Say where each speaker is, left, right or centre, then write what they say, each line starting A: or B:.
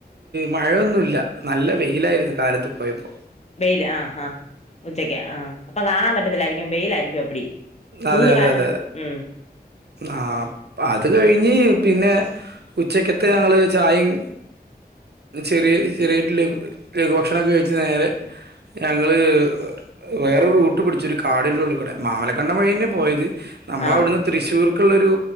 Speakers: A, on the right (about 80°); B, on the left (about 40°).
A: മഴൊന്നുല്ല നല്ല വെയിലായിരുന്നു കാലത്ത് പോയപ്പോ
B: വെയില് ആഹ് ആഹ് ഉച്ചക്ക് ആഹ് അപ്പം കാണാൻ പറ്റത്തില്ലായിരിക്കും വെയിലായിരിക്കും അപ്പടി ചൂട്
A: അതെ അതെ
B: കാരണം
A: അതെ
B: ഉം
A: ആഹ് അത് കഴിഞ്ഞ് പിന്നെ ഉച്ചക്ക് ഒക്കെ ഞങ്ങള് ചായേം ചെറിയ ചെറിയ ഇട്ലീം ലഘുഭക്ഷണൊക്കെ കയിച്ച് നേരെ ഞങ്ങള് വേറൊരു റൂട്ട് പിടിച്ചു ഒരു കാടിൻ്റെ ഉള്ളി കൂടെ മാമല ക്കണ്ടം വഴിയന്നെ പോയത് നമ്മള്
B: ആ
A: അവിട്ന്ന് തൃശ്ശൂർക്കുള്ളൊരു